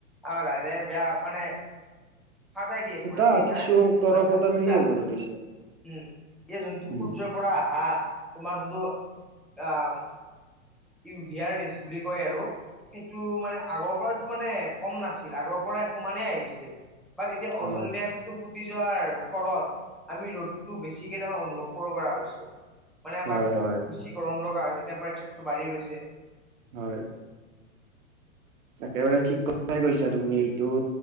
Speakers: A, in the centre; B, on the right.
A: আ লাহ লাহে বেয়া মানে হাতাই দি আছে
B: খুটা
A: মানে বুজিছানে
B: কিছু তৰপত
A: মানে
B: আৰু
A: ফুটা
B: সেই হ'ব ধৰিছে।
A: উম এতিয়া যোনটো
B: উম
A: সূৰ্য পৰা আহা তোমাৰ যোনটো আহ ইউভিয়াৰ ৰেচ বুলি কয় আৰু সেইটো মানে আগৰ পৰাতো মানে কম নাছিল আগৰ পৰা সমানে আহিছিল। বাৰ এতিয়া অজন
B: হয়
A: লেয়াৰটো ফুটি যোৱাৰ ফলত আমি ৰ'দ টো বেছিকে তাৰ অনুভৱ কৰিব পৰা হৈছো মানে আমাক
B: হয় হয়
A: বেছি গৰম লগা হৈছে টেম্পাচাৰ টো বাঢ়ি গৈছে।
B: হয়। একেবাৰে ঠিক কথাই কৈছা তুমি এইটো।